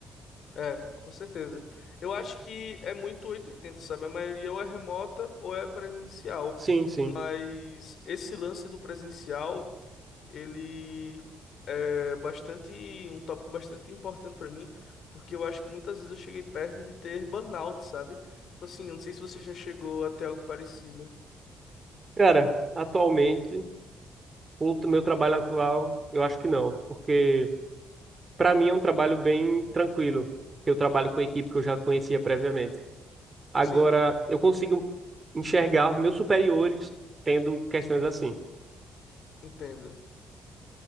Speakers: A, on the left; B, on the right.
A: É, com certeza. Eu acho que é muito oitocentos e oitenta sabe? A maioria ou é remota ou é presencial.
B: Sim, sim.
A: Mas esse lance do presencial, ele é bastante, um tópico bastante importante pra mim, porque eu acho que muitas vezes eu cheguei perto de ter burnout, sabe? Tipo assim, eu não sei se você já chegou a ter algo parecido.
B: Cara, atualmente, com o meu trabalho atual, eu acho que não. Porque, pra mim, é um trabalho bem tranquilo. Eu trabalho com a equipe que eu já conhecia previamente. Agora,
A: Sim,
B: eu consigo enxergar meus superiores tendo questões assim.
A: entendo.